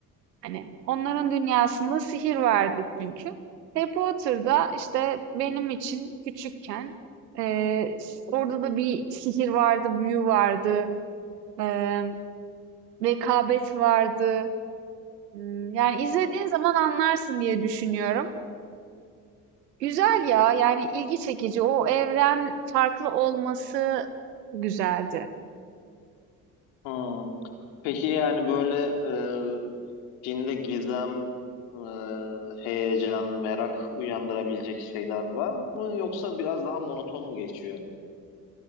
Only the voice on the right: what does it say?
Hani onların dünyasında sihir vardı çünkü. Harry Potter'da işte benim için küçükken eee, orada da bir sihir vardı, büyü vardı. Eee Rekabet vardı. Imm, yani izlediğin zaman anlarsın diye düşünüyorum. Güzel ya, yani ilgi çekici. O evren farklı olması güzeldi.